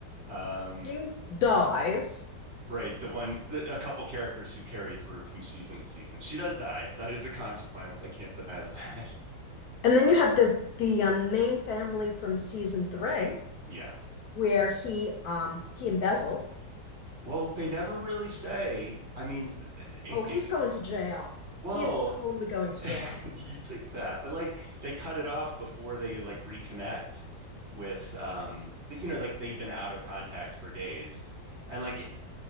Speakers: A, on the right; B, on the left.
A: um
B: She dies.
A: Right, the one, the, a couple characters who carry through from season to season. She does die. That is a consequence. I can't deny that.
B: And then you have the the um, main family from season three,
A: <laughs> yeah.
B: where he um he embezzled.
A: Well, they never really say. I mean, it,
B: Oh,
A: it
B: he's going to jail.
A: well,
B: He is totally going
A: <laughs>
B: to jail.
A: you think that, but like they cut it off before they like reconnect with um, the, you know, like they've been out of contact for days. And like